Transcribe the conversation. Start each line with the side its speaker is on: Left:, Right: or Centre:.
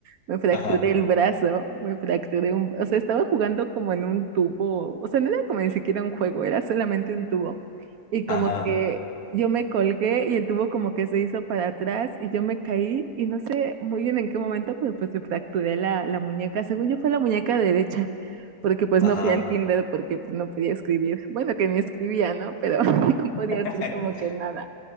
Right: Me fracturé
Left: Ajá,
Right: el brazo, me fracturé un... O sea, estaba jugando como en un tubo. O sea, no era como ni siquiera un juego, era solamente un tubo. Y
Left: ajá,
Right: como que yo me colgué y el tubo como que se hizo para atrás y yo me caí y no sé muy bien en qué momento, pero pues me fracturé la, la muñeca. Según yo fue la muñeca derecha. porque pues
Left: ajá.
Right: no fui al kinder porque pues, no podía escribir. Bueno, que ni escribía, ¿no? Pero <laughs> no podía
Left: <laughs>
Right: hacer como que nada.